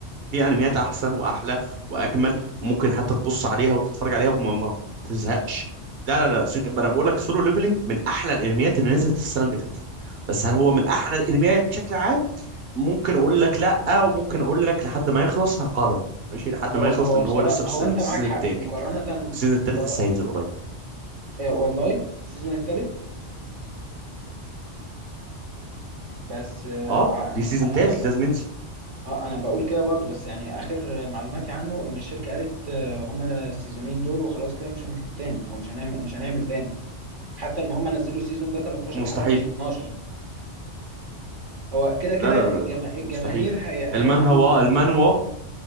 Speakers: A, on the right (about 55°); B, on the right (about 80°).
A: في انميات احسن واحلى واجمل وممكن حتى تبص عليها وتتفرج عليها وما ما تزهقش لا لا لا سج- انا بقول لك سولو ليفلنج من احلى الانميات اللي نزلت السنه اللي فاتت بس هل هو من احلى الانميات بشكل عام ممكن اقول لك لا وممكن اقول لك لحد ما يخلص هقرر ماشي لحد
B: هو
A: ما يخلص
B: هو
A: لان
B: بصراحة
A: هو لسه في
B: هو
A: الس- في
B: انت
A: السيزون
B: معاك حق
A: التاني
B: مقارنة
A: والسيزون التالت
B: مقارنة
A: لسه هينزل قريب
B: آه والله السيزون الثالث بس آه
A: اه دي
B: انا
A: سيزون
B: انا
A: تالت
B: انا
A: لازم ينزل
B: اه انا بقول كده برضو بس يعني اخر معلوماتي عنه ان الشركه قالت آه، هما السيزونين دول وخلاص كده مش هنكتب تاني او مش هنعمل مش هنعمل تاني حتى ان هما نزلوا السيزون ده 13
A: مستحيل
B: حلقه مش 12 هو كده
A: لا
B: كده
A: لا
B: الجما...
A: لا لا
B: الجماهير
A: مستحيل
B: هي... هياكلوهم
A: المانهوا المانوا